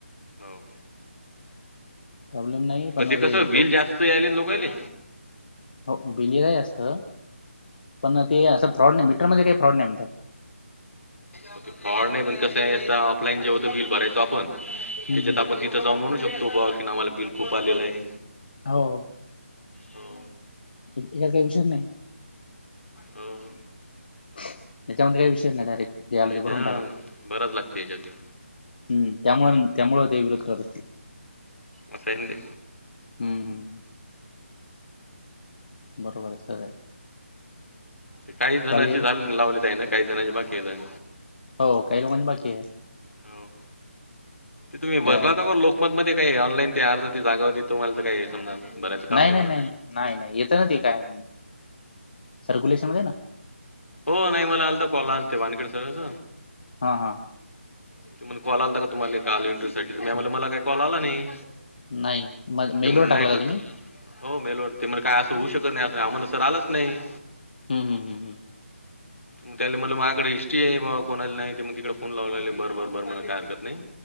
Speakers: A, on the left; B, on the left.
A: हो
B: प्रॉब्लेम नाही
A: पण ते कस बिल
B: लो
A: जास्त यायले लोकायले.
B: हो बिल याय जास्त पण ते असं फॉड नाय मीटरमध्ये काय फॉड नाय म्हणतात.
A: पण ते फॉड नाय पण कसय ऑफलाईन जे होत बिल भरायचो आपण त्याच्यात
B: हम्म हम्म
A: आपण ती तीत जाऊन म्हणू शकतो बा की आम्हाला बिल खूप आलेलं आहे.
B: हाव हो
A: हो.
B: हय ह्यात काय विषयच नाय.
A: हो.
B: त्याच्यामध्ये काय विषय नाय डायरेक्ट जे आलं
A: याच्या
B: ते भरून
A: हा
B: टाका
A: भरावाच लागत याच्यानी
B: हम्म त्यामु त्यामुळ ते विरोध करत असतील.
A: असं हाय नं ते
B: हूं हूं बरोबर आहेत सगळे
A: ते काही जणची
B: गेलं
A: झाले लावले काहीं ना काही जणची बाकी हायेत.
B: हो काही लोकांचे बाकी ये.
A: हो ते तुम्ही
B: आपल्या
A: भरला तर लोक मत मध्ये काही ऑनलाई ती अर्जाची जागा होती तुम्हाला त काय समजा भरायचं काम
B: नाय
A: नाही
B: नाय
A: म्हणा.
B: नाय नाय नाय येत न ती काय सर्क्युलेशन मध्ये ये ना
A: हो नाही मला आलता कॉल आलते वानखेड सराच
B: हा हा
A: ते म्हणे कॉल आलाता का तुम्हाला काल इंटरवू साठी त म्या म्हणलं
B: हम्म.
A: मला काय कॉल आला नाही.
B: नाही मग
A: ते
B: मेलवर
A: म्हणलं
B: टाकला
A: नाय
B: का
A: कर
B: तुम्ही
A: हो मेलो ते मला काय असं होऊ शकत नाही अस आहो म्हणलं सर आलाच नाही.
B: हूं हूं हूं हूं
A: म त्याल म्हणलं मायाकड हिस्ट्री ये बुआ कोणाला नाही ते मग तिकड फोनं लागलेल बर बरं बरं काय हरकत नाही.